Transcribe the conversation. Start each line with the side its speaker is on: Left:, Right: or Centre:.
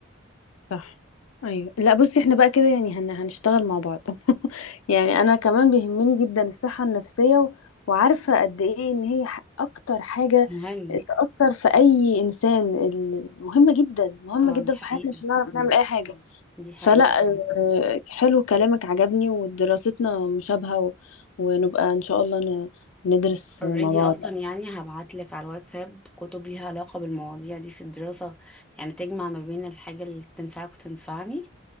Left: صح ايوه لا بصي احنا بقى كده يعني هن... هنشتغل مع بعض <laughs> يعني انا كمان بيهمني جدا الصحة النفسية و... وعارفة قد ايه ان هي ح... اكتر حاجة
Centre: مهم
Left: تأثر في اي انسان ال- مهمة جدا مهمة
Centre: اه
Left: جدا
Centre: دي حقيقة
Left: في حياتنا عشان نعرف
Centre: مم.
Left: نعمل اي حاجة
Centre: دي حقيقة
Left: فلا آه، حلو كلامك عجبني ودراستنا مشابهة و... ونبقى ان شاء الله ن... ندرس
Centre: اوريدي
Left: مع بعض
Centre: اصلا يعني هبعتلك على الواتساب كتب ليها علاقة بالمواضيع دي في الدراسة يعني تجمع ما بين الحاجة اللي تنفعك وتنفعني